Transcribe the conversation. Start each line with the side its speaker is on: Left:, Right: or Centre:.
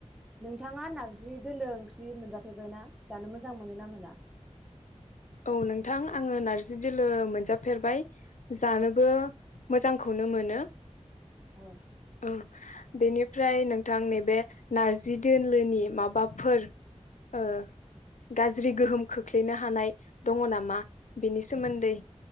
Centre: नोंथाङा नार्जि दोलो ओंख्रि मोनजाफैबायना जानो मोजां मोनो ना मोना
Left: औ नोंथां आंङो नारजि दोलो मोनजाफेरबाय जानोबो मोजांखौनो मोनो
Centre: औ
Left: उम बेनिफ्राय नोंथां नैबे नारजि दोलोनि माबाफोर ओ गाज्रि गोहोम खोख्लैनो हानाय दङ नामा बेनि सोमोन्दै